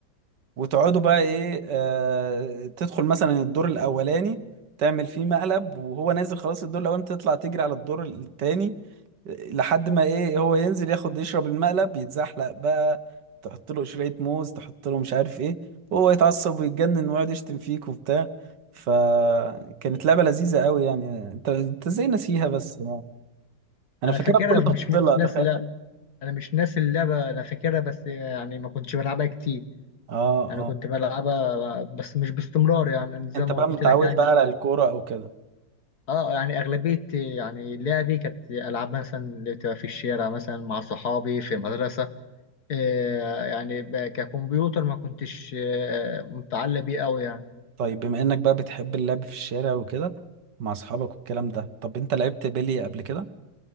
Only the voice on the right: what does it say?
وتقعدوا بقى ايه آه... تدخل مثلا الدور الاولاني تعمل فيه مقلب وهو نازل خلاص الدور الاولاني تطلع تجري على الدور التاني لحد ما ايه هو ينزل ياخد يشرب المقلب يتزحلق بقى تحط له قشرية موز تحط له مش عارف ايه وهو يتعصب ويتجنن ويقعد يشتم فيك وبتاع فكانت لعبة لذيذة قوي يعني انت انت ازاي ناسيها بس انا
فاكرها
بكل
تفاصيلها
تخيل
اه
آه.
انت
بقى
متعود
بقى على الكورة او كده
طيب بما انك بقى بتحب اللعب في الشارع وكده مع اصحابك والكلام ده طب انت لعبت بيلي قبل كده